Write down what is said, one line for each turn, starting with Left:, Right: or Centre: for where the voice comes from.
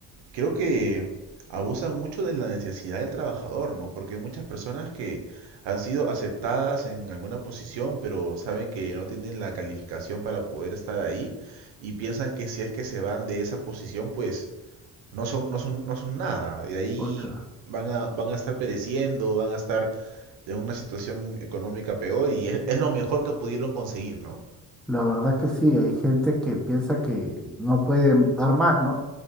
Right: creo que abusan mucho de la necesidad del trabajador, ¿no? Porque hay muchas personas que han sido aceptadas en alguna posición, pero saben que no tienen la calificación para poder estar ahí y piensan que si es que se van de esa posición, pues no son, no son, no son nada. Y ahí
Centre: pucha,
Right: van a, van a estar pereciendo, van a estar en una situación económica peor y es, es lo mejor que pudieron conseguir, ¿no?
Centre: la verdad que sí, hay gente que piensa que no puede dar más, ¿no?